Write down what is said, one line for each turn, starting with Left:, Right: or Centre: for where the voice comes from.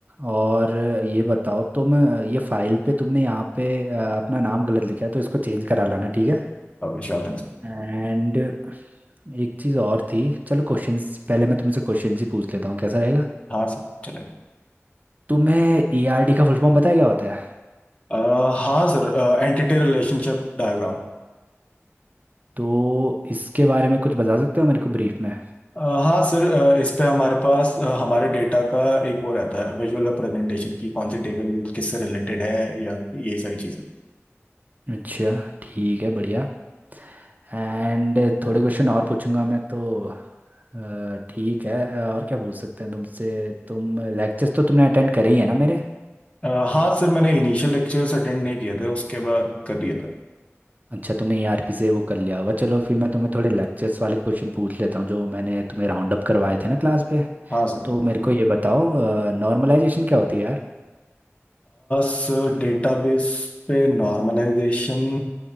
Right: और ये बताओ तुम ये फाइल पे तुमने यहाँ पे अ, अपना नाम गलत लिखा है तो इसको चेंज करा लाना ठीक है
Left: की Sure thing sir.
Right: एंड एक चीज़ और थी चलो क्वेश्चंस
Left: हाँ
Right: पहले मैं तुमसे क्वेश्चंस ही पूछ लेता हूँ कैसा रहेगा
Left: हाँ सर चलेगा
Right: तुम्हें ईआरडी का फुल फॉर्म पता है क्या होता है
Left: आ, हाँ सर एंटिटी रिलेशनशिप डायग्राम
Right: तो इसके बारे में कुछ बता सकते हो मेरे को ब्रीफ में
Left: हाँ सर आ, इस पे हमारे पास आ, हमारे डेटा का एक वो रहता है विजुअल रिप्रेजेंटेशन की कौन सी टेबल किससे रिलेटेड है या यही सारी चीज़ें
Right: अच्छा ठीक है बढ़िया एंड थोड़े क्वेश्चन और पूछूंगा मैं तो अ, ठीक है अ, और क्या पूछ सकते हैं तुमसे तुम लेक्चर्स तो तुमने अटेंड करे ही है ना मेरे
Left: अ, हाँ सर मैंने इनिशियल लेक्चर्स अटेंड नहीं किए थे उसके बाद कर दिया था
Right: अच्छा तुमने ईआरपी से वो कर लिया होगा चलो फिर मैं तुम्हें थोड़े लेक्चर्स वाले क्वेश्चन पूछ लेता हूँ जो मैंने तुम्हें राउंड अप करवाए थे ना क्लास पे
Left: हाँ सर
Right: तो मेरे को ये बताओ नॉर्मलाइजेशन क्या होती है यार
Left: सर डेटाबेस पे नॉर्मलाइजेशन